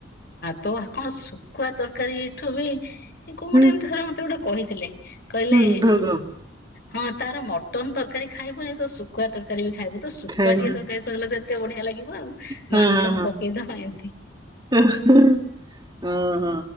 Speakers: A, on the left; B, on the right.
A: ତ କଣ ଶୁଖୁଆ ତରକାରୀ ଏଠୁ <unintelligible> କ ଗୋଟେ
B: ହୁଁ
A: ଏମତି ରେ ମତେ ଗୋଟେ କହିଥିଲେ କହିଲେ
B: ହୁଁ ଢଗ
A: ହଁ ତାର ମଟନ ତରକାରୀ ଖାଇବନି ତ ଶୁଖୁଆ ତରକାରୀ ଖାଇବୁ ତ ଶୁଖୁଆ
B: ଖାଇ
A: ଟିକେ ତରକାରୀ ଖିଲଲେ ତ କେତେ ବଢିଆ ଲାଗିବ ଆଉ
B: ହଁ
A: ମାଂସକୁ
B: ହଁ ହଁ।
A: ପକେଇଦବା ଏମିତି
B: <inaudible> ହିଁ